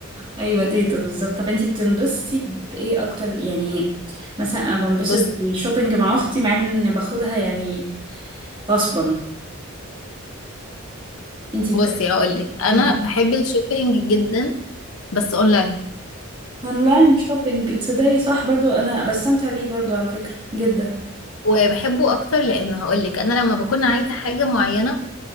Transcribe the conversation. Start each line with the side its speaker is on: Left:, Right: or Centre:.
Right: ايوه تيتا بالظبط طب انتي بتنبسطي بايه اكتر يعني مثلا انا بنبسط
Left: بص
Right: بالشوبينج مع اختي مع ان باخدها يعني غصبا انتي
Left: بصي
Right: ب...
Left: هقولك انا
Right: مم.
Left: بحب الشوبينج جدا بس اونلاين
Right: اونلاين شوبينج تصدقي صح برضو انا بستمتع بيه برضو على فكرة جدا
Left: وبحبه اكتر لان هقولك انا لما بكون عايزه حاجه معينه